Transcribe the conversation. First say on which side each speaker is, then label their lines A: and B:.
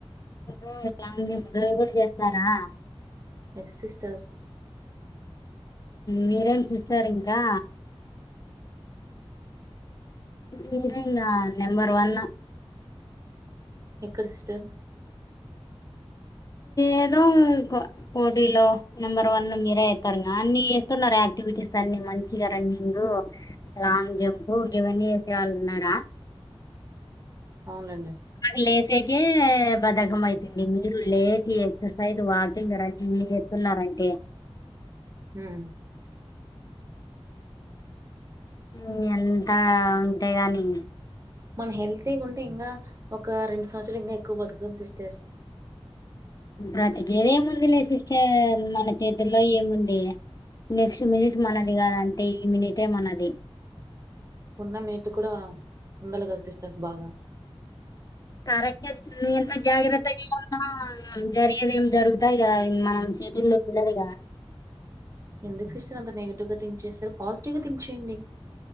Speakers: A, on the left; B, on the right.
A: ఊ లాంగ్ జంప్ కూడా చేస్తారా
B: ఎస్ సిస్టార్
A: మీరేం చూస్తారు ఇంకా <unintelligible> నెంబర్ వన్
B: ఎక్కడ సిస్టర్
A: ఏదో <unintelligible> పోటీలో నెంబర్ వన్ మీరే ఏత్తారు అన్ని చేస్తున్నారు యాక్టివిటీస్ అన్ని మంచి మంచిగా రన్నింగ్ లాంగ్ జంప్ ఇవన్నీ చేసే వాళ్ళు ఉన్నారా
B: అవునండి
A: మాకు లేసేకే బధకం అయ్తంది మీరు లేచి ఎక్సర్సైజ్ వాకింగ్ రన్నింగ్ చేతున్నారంటే
B: హమ్
A: హమ్ ఎంత ఉంటే గాని
B: మన హెల్త్గా ఉంటే ఇంకా ఒక రెండు సంవత్సరాలు ఇంకా ఎక్కువ బతుకుతాం సిస్టర్
A: బ్రతికెది ఏముంది లే సిస్టర్ మన చేతుల్లో ఏముంది నెక్స్ట్ మినిట్ మనది కాదు అంతే ఈ మినిటే మనది
B: ఉన్న మీనిట్ కూడా ఉండాలి కదా సిస్టర్ బాగా
A: కరెక్టే సిస్టర్ ఎంత జాగ్రత్తగా ఉన్నా జరిగేదేం జరుగుతాయి కదా ఇంకా ఆ చేతుల్లో ఉండదిగా
B: ఎందుకు సిస్టర్ అంత నెగిటివ్ గా థింక్ చేస్తారు పాజిటివ్ గా థింక్ చేయండి